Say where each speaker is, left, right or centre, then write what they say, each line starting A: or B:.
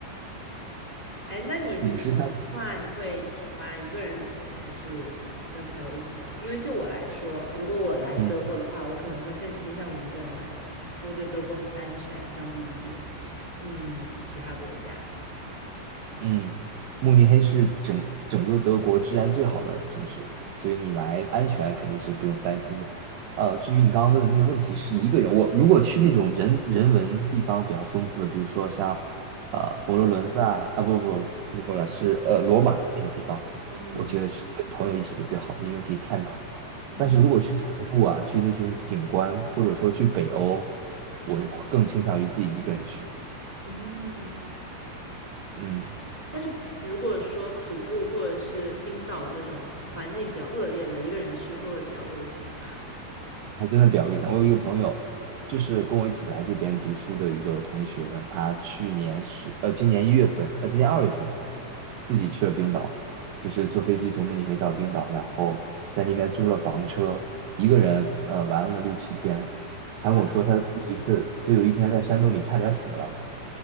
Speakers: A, on the right; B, on the right.
A: 哎，那你旅行的话，
B: 五十三，
A: 你会喜欢一个人旅行，还是跟朋友一起旅行？因为就我来说，如果我来德国的话，
B: 嗯
A: 我可能会更倾向于一个人来玩，因为我觉得德国很安全，相比于嗯其他国家。
B: 嗯，慕尼黑是整整个德国治安最好的城市，所以你来安全肯定是不用担心的。呃，至于你刚刚问的那个问题，是一个人，我如果去那种人人文地方比较丰富的，比如说像呃佛罗伦萨啊，不不不是佛罗伦萨，是呃罗马那些地方，
A: 嗯
B: 我觉得是跟朋友一起是最好的，因为可以探讨。
A: 嗯
B: 但是如果去徒步啊，去那种景观，或者说去北欧，我更倾向于自己一个人去。
A: 嗯，
B: 嗯。
A: 但是如果说徒步或者是冰岛这种环境比较恶劣的，一个人去会不会比较危险啊？<laughs>
B: 还真的表一下，我有一个朋友，就是跟我一起来这边读书的一个同学，他去年是呃今年一月份，呃今年二月份自己去了冰岛，就是坐飞机从慕尼黑到冰岛，然后在那边租了房车，一个人呃玩了六七天，还跟我说他有一次就有一天在山洞里差点死了，
A: 哇，